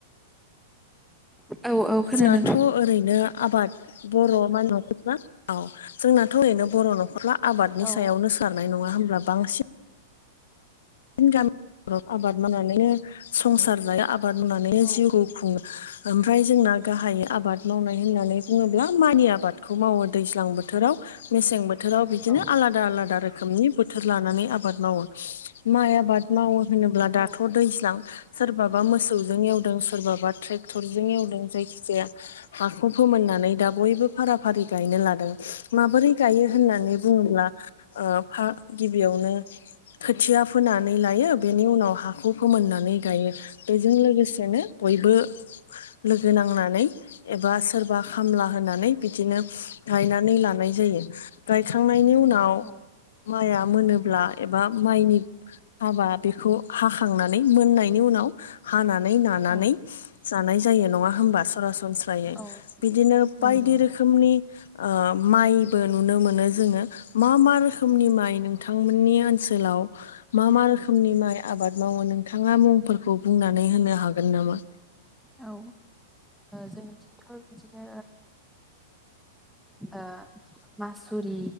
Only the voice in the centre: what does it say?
औ औ खोनादों।
औ
औ
औ
औ
औ
औ
औ
नंगौ
औ जोंनिथिथ' बिदिनो ओ मासुरि